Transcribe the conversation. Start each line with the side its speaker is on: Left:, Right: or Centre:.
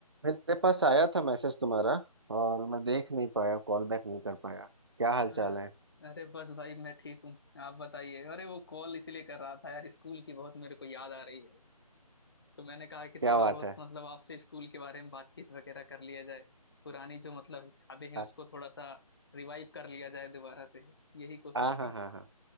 Right: मेरे पास आया था मैसेज तुम्हारा और मैं देख नहीं पाया कॉल बैक नहीं कर पाया क्या हाल
Left: अ-
Right: चाल है
Left: अरे बस भाई मैं ठीक हूँ आप बताइए अरे वो कॉल इसीलिए कर रहा था यार स्कूल की बहुत मेरे को याद आ रही है तो मैंने कहा कि थोड़ा
Right: क्या बात
Left: बहुत
Right: है
Left: मतलब आपसे स्कूल के बारे में बातचीत वगैरह कर लिया जाए पुरानी जो मतलब यादें हैं
Right: हाँ
Left: उसको थोड़ा सा रिवाइव कर लिया जाए दोबारा से यही कोशिश
Right: हाँ
Left: थी
Right: हाँ हाँ हाँ।